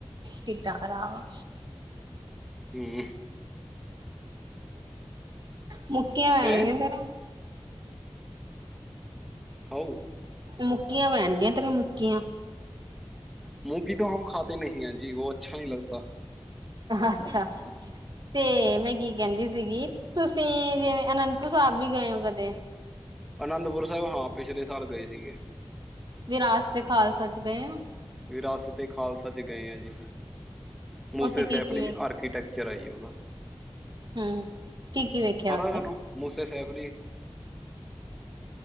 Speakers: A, on the right; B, in the centre.
A: ਕਿਦਾਂ ਖਰਾਬ ਆ।
B: ਹੂੰ।
A: ਮੁੱਕੀਆਂ ਪੈਨਗੀਆ
B: ਹੈ
A: ਤੇਰੇ।
B: ਹ।
A: ਮੁੱਕੀਆਂ ਪੈਣਗੀਆਂ ਤੇਰੇ ਮੁੱਕੀਆਂ।
B: ਮੂੰਗੀ ਤੋਂ ਹਮ ਖਾਤੇ ਨਹੀਂ ਹੈ ਜੀ ਉਹ ਅੱਛਾ ਨਹੀਂ ਲਗਦਾ।
A: ਅੱਛਾ ਤੇ ਮੈਂ ਕੀ ਕਹਿੰਦੀ ਸੀਗੀ। ਤੁਸੀਂ ਜਿਵੇਂ ਅਨੰਦਪੁਰ ਸਾਹਿਬ ਵੀ ਗਏ ਹੋ ਕਦੇ।
B: ਅਨੰਦਪੁਰ ਸਾਹਿਬ ਹਾਂ ਪਿਛਲੇ ਸਾਲ ਗਏ ਸੀਗੇ।
A: ਵਿਰਾਸਤ ਤੇ ਖਾਲਸਾ ਚ ਗਏ ਓ।
B: ਰਸ ਤੇ ਖਾਲਸਾ ਚ ਗਏ ਆ ਜੀ ਮੂਸੇ
A: ਉੱਥੇ ਕੀ
B: ਸੈਫਲੀ
A: ਕੀ ਵੇਖ
B: ਆਰਕੀਟੈਕ। ਚਰਈ ਉਹਦਾ
A: ਹੂੰ ਕੀ-ਕੀ ਵੇਖਿਆ
B: ਪਤਾ
A: ਉੱਥੇ?
B: ਤੁਹਾਨੂੰ ਮੂਸੇ। ਸੈਫਲੀ।